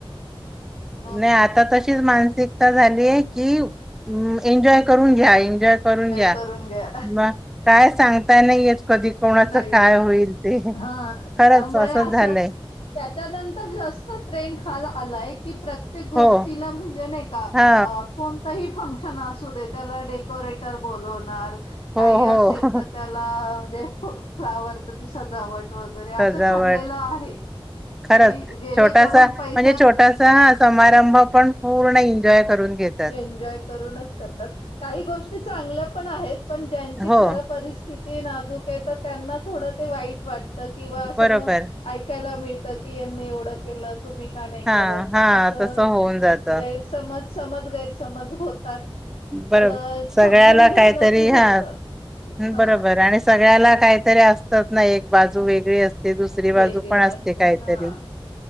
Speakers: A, on the left; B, in the centre.
A: हम्म
B: नाही आता तशीच मानसिकता झालीय की एन्जॉय करून घ्या एन्जॉय करून घ्या
A: करून घ्या
B: म काय सांगताय नाही कधी कोणाचं
A: नाहीयेत
B: काय होईल ते
A: हा
B: खरंच
A: त्यामुळे
B: असं झालंय.
A: त्याच्यानंतर जास्त ट्रेंड हा आलाय की प्रत्य गोष्टीला
B: हो
A: म्हणजे नाही का
B: हा
A: कोण. फशन अस दे त्या डेकोरेटर ब काही
B: हो हो
A: असे तर. म्हणजे फ्लावर च ती सजावट वगैरे
B: सजावट
A: असं ठरलेलं आहे.
B: खरंच
A: कि जेणेकरून
B: छोटासा म्हणजे
A: पैसा
B: छोटासा हा समारंभ पण. पूर्ण एन्जॉय करून घेत.
A: एन्जॉय करूनच करतात काही गोष्टी चांगल्या पण आहेत. पण ज्यांची
B: हो
A: खरं परिस्थिती नाजूक हे तर त्यांना थोडं ते वाईट वाट किंवा असं
B: बरोबर
A: मग ऐकायला मिळतं टीय यनी एवढं केलं तुम्ही का नाही
B: हा
A: करत
B: हा
A: असं
B: तसं होऊन जात
A: गैरसमज समज गैरसमज होतात. पण
B: बरोबर सगळ्याला
A: समजून घेतलं
B: काहीतरी
A: की
B: हा
A: होत हा
B: बरोबर आणि सगळ्याला काहीतरी असतात ना एक बाजू वेगळी असते दुसरी
A: वेगळे
B: बाजू पण असते कायंतरी
A: हा